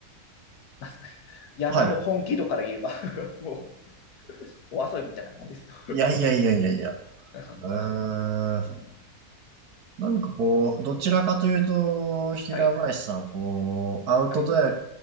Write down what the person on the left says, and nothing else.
すか山の本気度から言えば
<laughs> もう、お遊びみたいなもんですよ。
<laughs> ハンター、
ハンター。うん。
はい、
はい。